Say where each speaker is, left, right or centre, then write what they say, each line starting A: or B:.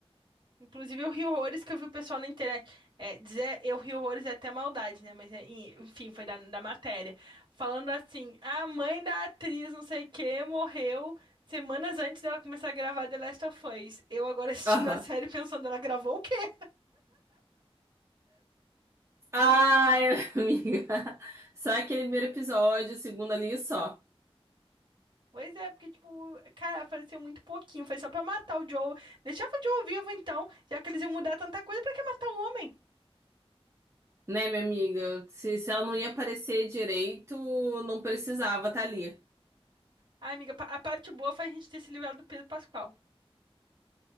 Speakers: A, on the right (about 50°); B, on the right (about 30°).
A: Inclusive, eu ri horrores que eu vi o pessoal na internet. É, dizer eu ri horrores é até maldade, né? Mas, é, e- enfim, foi da, da matéria. Falando assim: a mãe da atriz, não sei o quê, morreu semanas antes dela começar a gravar The Last of Us. Eu agora <laughs> assistindo
B: Aham.
A: a série pensando, ela gravou o quê?
B: Ai, <laughs> amiga. Só aquele primeiro episódio, o segundo ali só.
A: Pois é, porque, tipo, cara, apareceu muito pouquinho. Foi só pra matar o Joe. Deixava o Joe vivo, então, já que eles iam mudar tanta coisa, pra que matar o homem?
B: Né, minha amiga? Se, se ela não ia aparecer direito, não precisava estar ali.
A: Ai, amiga, pa- a parte boa foi a gente ter se livrado do Pedro Pascal.